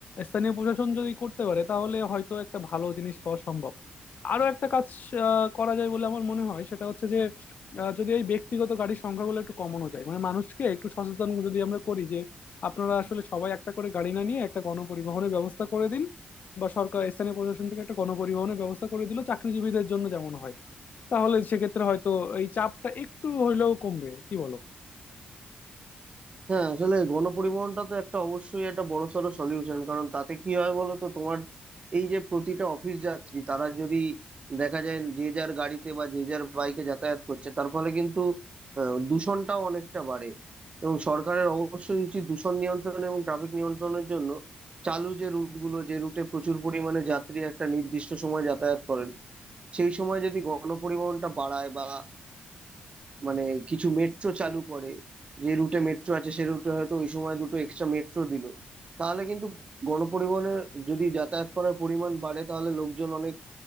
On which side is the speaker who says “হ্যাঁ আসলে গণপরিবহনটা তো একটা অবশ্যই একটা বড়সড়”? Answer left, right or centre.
Right